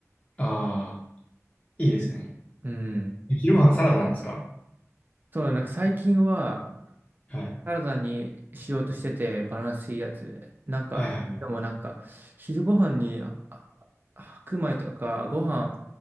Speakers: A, on the left; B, on the right.
A: ああ、いいですね。
B: うん。
A: え昼ご飯サラダなんですか
B: そうだ、なんか最近は
A: はい、
B: サラダにしようとしてて、バランスいいやつ。なんか、
A: はい、はい、はい。
B: でもなんか、昼ご飯にああ白米とかご飯